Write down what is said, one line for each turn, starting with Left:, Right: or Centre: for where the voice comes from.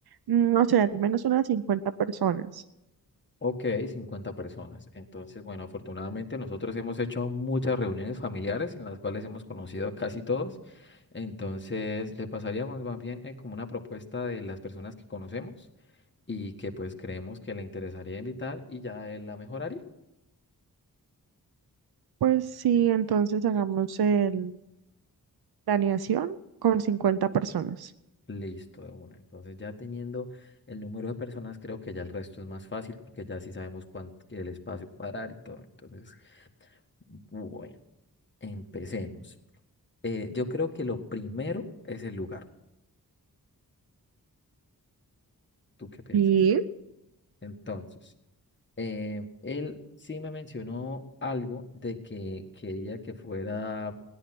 Right: mm, no sé, al menos unas 50 personas.
Left: Ok, 50 personas. Entonces, bueno, afortunadamente nosotros hemos hecho muchas reuniones familiares en las cuales hemos conocido a casi todos. Entonces, le pasaríamos más bien eh, como una propuesta de las personas que conocemos y que pues creemos que le interesaría invitar y ya él la mejoraría.
Right: Pues sí, entonces hagamos el planeación con 50 personas.
Left: Listo, de una. Entonces, ya teniendo el número de personas, creo que ya el resto es más fácil porque ya sí sabemos cuánto, que el espacio cuadrar y todo. Entonces, bueno, empecemos. Eh, yo creo que lo primero es el lugar. ¿Tú qué piensas?
Right: Sí.
Left: Entonces, eh, él sí me mencionó algo de que quería que fuera